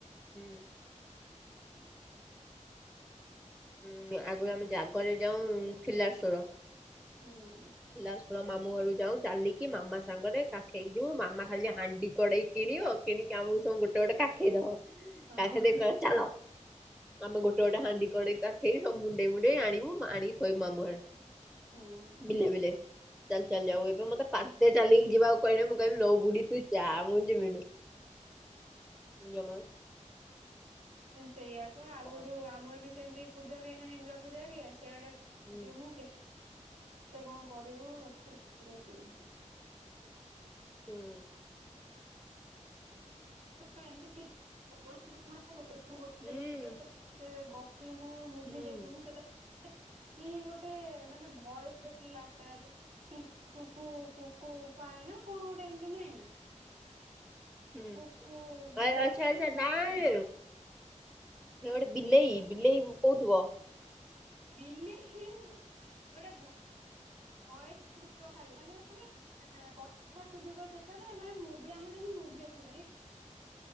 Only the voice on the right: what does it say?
ହୁଁ।
ହଁ
ହୁଁ।
ସେୟା ପା ଆଗରୁ
ଆମର ବି ସେମିତି ପୂଜା ହୁଏ ନାହିଁ <unintelligible> ସେଆଡେ।
ଯେ ମୁଁ କେତେ କଣ କରିବୁ <unintelligible>
ଏମତି <unintelligible>
ବି ମୁଁ ମୁଭି
ଦେଖି ମୁଁ ସେତେ କି ଗୋଟେ ମାନେ ଭୟସରେ କି ଆସିଥାଏ। ଟିକୁ ଟୁକୁ କୁକୁ ପାଏ ନା କଣ ଗୋଟେ ଏମିତି ନାହିଁ ନା।
କୁକୁ
ଇଏ ନା ଖାଲି
ଭଏସ
ଶୁଭିବ
ବିଲେଇ ଗୋଟେ ଭଏସ। ଖାଲି ମାନେ କଥା ଶୁଭିବ ସେ ଆରେ ଏମାନେ ମୁଭି ଆମେ ଯେମତି ମୁଭିି ଦେଖୁଛନ୍ତି।